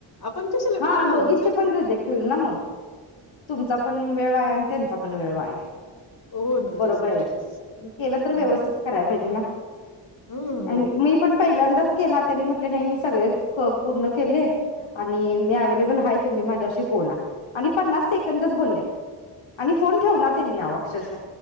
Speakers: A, on the left; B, on the left.
A: आपण कशाला
B: हा
A: वेळ घालवायचा
B: दोघींचे
A: ना
B: पण रिजेक्ट होईल ना मग, तुमचा पण वेळ वाया आणि त्यांचा पण वेळ वाया
A: हो ना
B: बरोबर
A: तेच ना
B: आहे,
A: तेच
B: केलं तर व्यवस्थित
A: हम्म
B: कराय पाहिजे ना
A: हम्म
B: आणि मी पण पहिल्यांदाच केला, त्यांनी म्हटले नाही मी सगळेच क पूर्ण केले, आ आणि मी अवेलेबल हाय तुम्ही माझ्याशी बोला आणि पन्नास सेकंदच बोलल्या आणि फोन ठेवला त्यांनी अवो अक्षरशा